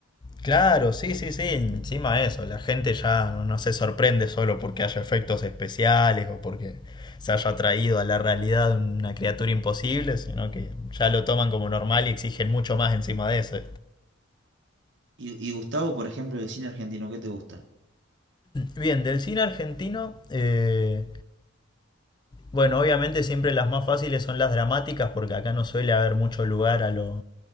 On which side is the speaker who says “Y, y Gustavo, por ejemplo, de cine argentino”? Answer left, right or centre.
Right